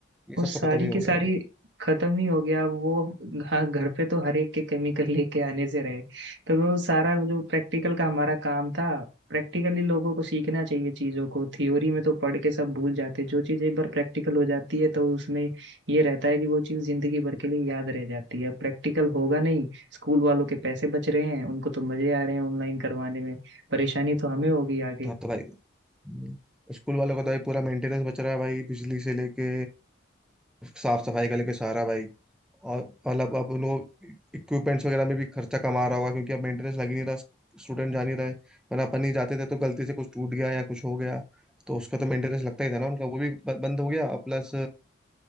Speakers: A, in the centre; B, on the right (about 65°).
A: ये सब
B: वो सारी
A: तो खत्म ही हो
B: की
A: गया
B: सारी
A: भाई
B: खत्म ही हो गया अब वो हाँ घर पे तो हर एक के केमिकल लेके आने से रहे तो वो सारा जो प्रैक्टिकल का हमारा काम था प्रैक्टिकली लोगों को सीखना चाहिए चीजों को थ्योरी में तो पढ़ के सब भूल जाते हैं। जो चीज एक बार प्रैक्टिकल हो जाती है तो उसमें ये रहता है कि वो चीज जिंदगी भर के लिए याद रह जाती है अब प्रैक्टिकल होगा नहीं स्कूल वालों के पैसे बच रहे हैं उनको तो मजे आ रहे हैं ऑनलाइन करवाने में परेशानी तो हमें होगी आगे
A: <laughs> हाँ तो भाई हम्म, स्कूल वालों का तो भाई पूरा मेंटेनेंस बच रहा है भाई बिजली से लेके साफ सफाई का लेके सारा भाई और मतलब अब उन इक्विपमेंट्स वगैरह में भी खर्चा कम आ रहा होगा क्योंकि अब मेंटेनेंस लग ही नहीं रहा स्टूडेंट जा नहीं रहे वरना अपन ही जाते थे तो गलती से कुछ टूट गया या कुछ हो गया तो उसका तो मेंटेनेंस लगता ही था ना उनका वो भी ब- बंद हो गया प्लस